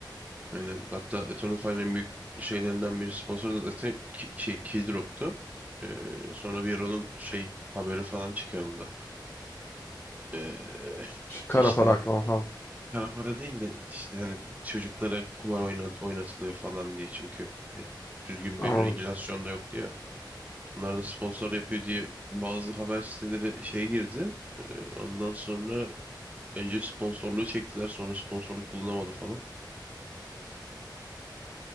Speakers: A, on the right; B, on the left.
A: Aynen. Hatta Eternal Fire'ın en büyük şeylerinden biri sponsoru da zaten ki- şey Keydrop'tu. E, sonra bir ara onun şey haberi falan çıkarıldı. E,
B: Şey, kara
A: işte
B: para aklama falan.
A: Kara para değil de işte hani çocuklara kumar oynat oynatılıyor falan diye çünkü e, düzgün
B: Anladım.
A: bir regülasyon da yok diyor. Bunlar da sponsor yapıyor diye bazı haber siteleri şey girdi. E, Ondan sonra önce sponsorluğu çektiler sonra sponsorluk bulunamadı falan.